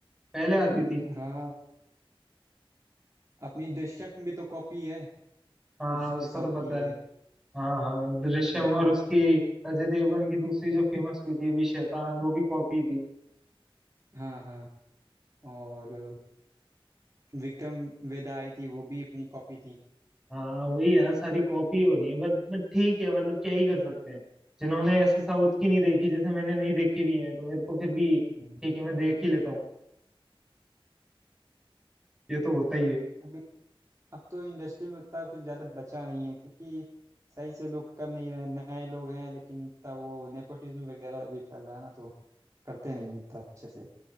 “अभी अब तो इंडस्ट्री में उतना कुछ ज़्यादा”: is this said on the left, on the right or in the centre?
Right